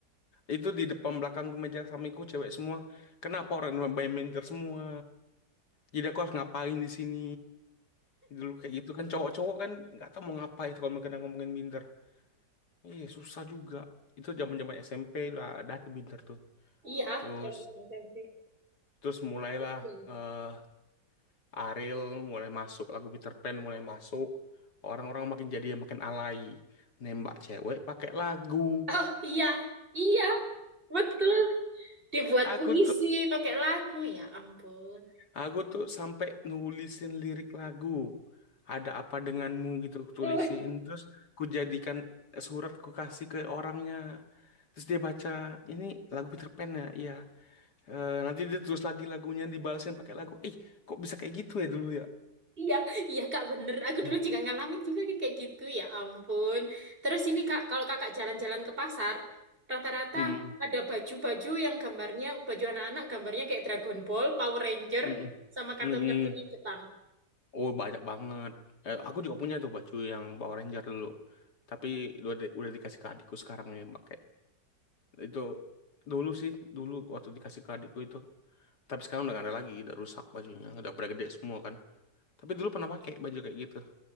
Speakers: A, on the left; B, on the right.
A: Itu di depan belakang meja sampingku cewek semua. Kenapa orang main binder semua? Jadi aku harus ngapain di sini? Dulu kayak gitu kan cowok-cowok kan nggak tahu mau ngapain kalau mereka udah ngomongin binder. Iya susah juga. Itu zaman-zaman SMP udah ada tuh binder tuh.
B: Iya,
A: Terus
B: cewek-cewek selfie.
A: terus mulailah
B: Oke.
A: eh Ariel mulai masuk lagu Peter Pan mulai masuk. Orang-orang makin jadi yang makin alay. Nembak cewek pakai lagu.
B: Oh iya, iya, betul. Dibuat
A: <laughs>
B: puisi
A: Aku tuh
B: pakai lagu, ya ampun.
A: Aku tuh sampai nulisin lirik lagu. Ada apa denganmu gitu aku
B: <laughs>
A: tulisin. Terus ku jadikan surat ku kasih ke orangnya. Terus dia baca, ini lagu Peter Pan ya? Iya. Eh, nanti dia terus lagi lagunya dibalesin pakai lagu. Eh, kok bisa kayak gitu ya dulu ya?
B: Iya, iya kak bener. Aku
A: Hmm.
B: dulu juga ngalamin juga yang kayak gitu ya ampun. Terus ini kak, kalau kakak jalan-jalan ke pasar, rata-rata
A: Hmm.
B: ada baju-baju yang gambarnya, baju anak-anak gambarnya kayak Dragon Ball, Power Ranger,
A: Hmm.
B: sama kartun-kartun
A: Hmm. Hmm, hmm.
B: yang Jepang.
A: Oh, banyak banget. Eh, aku juga punya tuh baju yang Power Ranger dulu. Tapi udah, di- udah dikasih ke adikku sekarang yang pakai. Itu dulu sih, dulu waktu dikasih ke adikku itu. Tapi sekarang udah gak ada lagi, udah rusak bajunya, udah pada gede semua kan. Tapi dulu pernah pakai baju kayak gitu,